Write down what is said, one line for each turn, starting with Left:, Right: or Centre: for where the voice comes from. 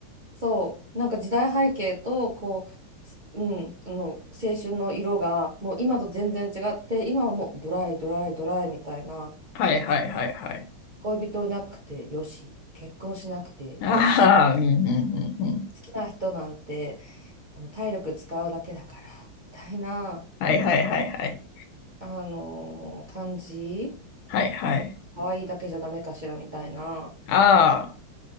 Right: そう、なんか時代背景とこう、すうん、あの青春の色がもう今と全然違って今はもうドライドライドライみたいな
Left: はい、はい、はい、はい。
Right: 恋人いなくてよし結婚しなくてよし
Left: ああ、うん、うん、うん、うん。
Right: 好きな人なんてあの体力使うだけだからみたいな、
Left: はい、はい、はい、はい。
Right: あのー感じ
Left: はい、はい。
Right: もう可愛いだけじゃダメかしらみたいな、
Left: ああ、